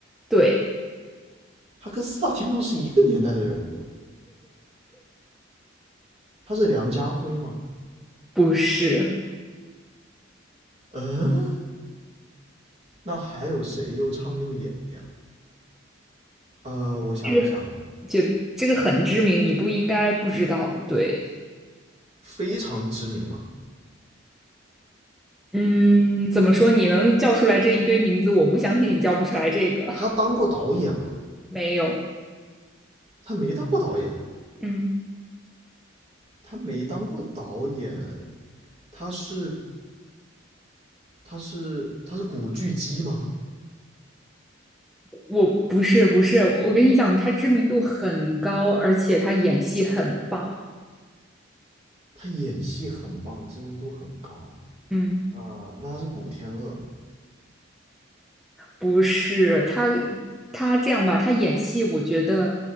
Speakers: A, in the centre; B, on the right.
A: 对，
B: 他跟四大天王是一个年代的人物，他是梁家辉吗？
A: 不是，
B: 嗯，那还有谁又唱又演的呀？呃，我想一想啊，
A: 这个就这个很知名，你不应该不知道。对，
B: 非常知名嘛，
A: 嗯，怎么说？你能叫出来这一堆名字，我不相信你叫不出来这个。<laughs>
B: 他当过导演吗？
A: 没有，
B: 他没当过导演，
A: 嗯
B: 他没当过导演，他是他是他是古巨基吗？
A: 我不是不是，我跟你讲，他知名度很高，而且他演戏很棒。
B: 他演戏很棒，知名度很高
A: 嗯，
B: 啊、呃那他是古天乐吗？
A: 不是他，他这样吧，他演戏，我觉得